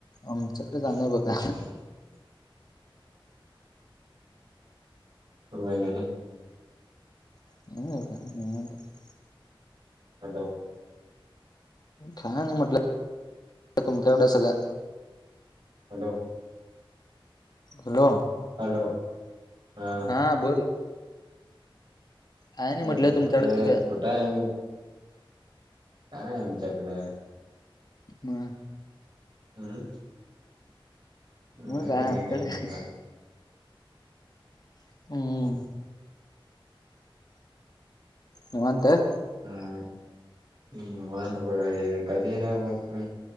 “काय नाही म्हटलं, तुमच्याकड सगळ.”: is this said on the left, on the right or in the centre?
Left